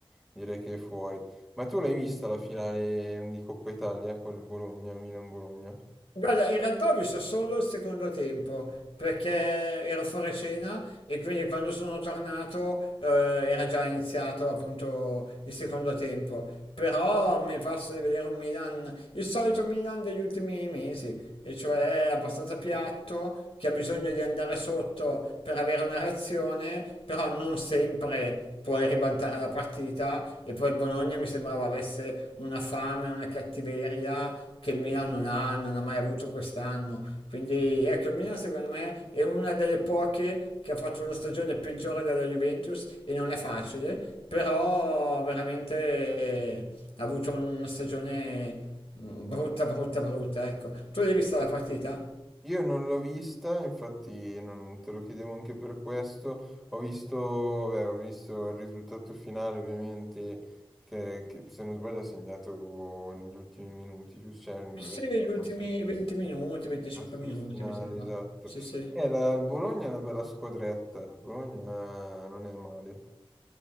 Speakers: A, in the centre; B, on the left.
A: direi che è fuori. Ma tu l'hai vista la finale di Coppa Italia col Bologna, Milan-Bologna?
B: Guarda, in realtà ho visto solo il secondo tempo perché ero fuori cena e quindi quando sono tornato eh, era già iniziato appunto il secondo tempo. Però mi è parso di vedere un Milan, il solito Milan degli ultimi mesi, e cioè è abbastanza piatto, che ha bisogno di andare sotto per avere una reazione, però non sempre puoi ribaltare la partita e poi il Bologna mi sembrava avesse una fame, una cattiveria che il Milan non ha, non ha mai avuto quest'anno. Quindi ecco, il Milan secondo me è una delle poche che ha fatto una stagione peggiore della Juventus e non è facile, però veramente ha avuto una stagione Mm, Brutta, brutta, brutta, ecco. Tu l'hai vista la partita?
A: Io non l'ho vista, infatti non te lo chiedevo anche per questo. Ho visto, beh, ho visto il risultato finale, ovviamente, che, che, se non sbaglio ha segnato negli ultimi minuti, giusto? Cioè, verso,
B: Sì, negli ultimi
A: Arthur.
B: 20 minuti, 25
A: verso
B: minuti,
A: il finale,
B: mi sembra.
A: esatto.
B: Sì, sì.
A: E la- il Bologna è una bella squadretta, il Bologna non è male,